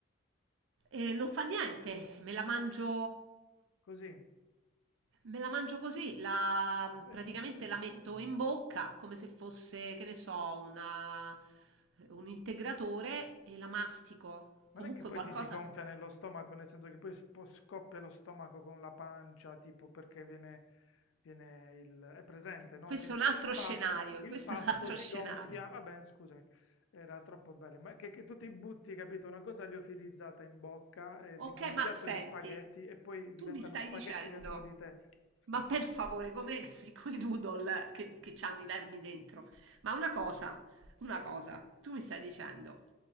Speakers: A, on the right; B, on the left.
A: E non fa niente, me la mangio
B: Così?
A: Me la mangio così, la-
B: Ah, bene,
A: praticamente
B: vero.
A: la metto in bocca come se fosse, che ne so, una- un integratore e la mastico.
B: Non
A: Comunque
B: è che poi
A: qualcosa.
B: ti si gonfia nello stomaco, nel senso che poi spo- scoppia lo stomaco con la pancia, tipo perché viene, viene il... È presente, no?
A: Questo
B: Che il,
A: è un altro
B: il pas-
A: scenario,
B: il
A: questo
B: pasto
A: è un altro
B: si
A: scenario.
B: gonfia. Vabbè, scusami, era troppo bello. Ma che, che tu ti butti, capito? Una cosa liofilizzata in bocca, eh, tipo
A: Ok,
B: un
A: ma
B: piatto
A: senti,
B: di spaghetti, e poi diventano
A: tu mi stai
B: spaghetti
A: dicendo,
B: dentro di te. Scusa.
A: ma per favore, come siccome i noodle che, che c'hanno i vermi dentro, ma una cosa, una cosa, tu mi stai dicendo.